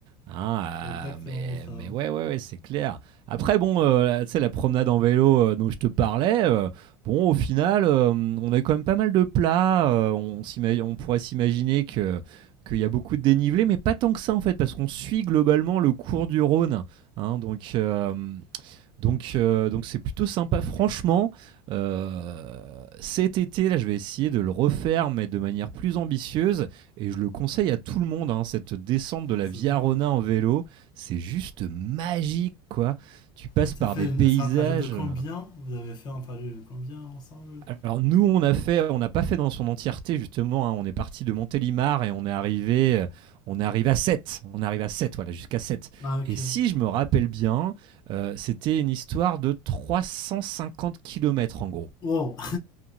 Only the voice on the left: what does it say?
exactement
ça.
On
se
bien.
Et ça
fait,
une-
c'est un trajet de combien?
Vous avez fait un trajet de combien ensemble?
Ah, ok.
Wow,